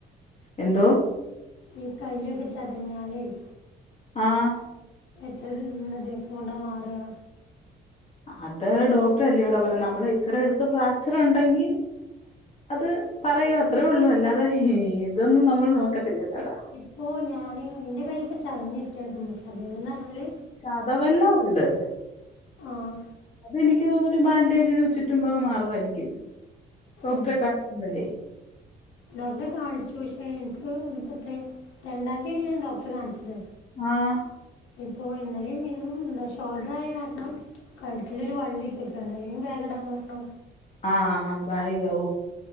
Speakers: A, on the left (about 35°); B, on the left (about 80°).
A: എന്തോ
B: ഈ കയ്യൊക്കെ ചതഞ്ഞാലേയ്
A: ആഹ്
B: എത്ര ദി ദ് ദിവസം കൊണ്ടാ മാറാ
A: അത് ഡോക്ടർ അല്ലയടോ പറയാ നമ്മള് എക്സറേ എടുത്ത് പ്ലാസ്റ്റർ ഉണ്ടെങ്കി അത് പറയൂ അത്രയേ ഉള്ളൂ അല്ലാതെ ഇതൊന്നും നമ്മൾ നോക്കത്തില്ലല്ലോ ടാ
B: പ്പോ ഞാന് ന്റെ കയ്യി പ്പോ ചതഞ്ഞിരിക്ക ചതവന്ന്ഞ്ഞാല്
A: ചതവല്ലം ഉണ്ട്
B: ആഹ്
A: തെനിക്ക് തോന്ണ് ബാൻഡേജ് ചുറ്റുമ്പ് അങ്ങ് മാറുവായിരിക്കും ഡോക്ടറെ
B: ഏഹ്
A: കാണിക്കുമ്പോഴേയ്
B: ഡോക്ടറെ കാണിച്ചു ശ്ശെ എനിക്ക് എത്രെ രണ്ടാം തീയാണ് ഞാൻ ഡോക്ടറെ കാണിച്ചത്
A: ആഹ്
B: ഇപ്പൊ ഇന്നലെയും ഇന്നും എന്താ ഷോൾഡർ ആയ കാരണം കഴുത്തില് ഒരു വള്ളി ഇട്ട്ക്കാണ് അല്ലെങ്കിൽ ബേഗ് ഇടാൻ പറഞ്ഞു
A: ആഹ് ആ ബായി ഔ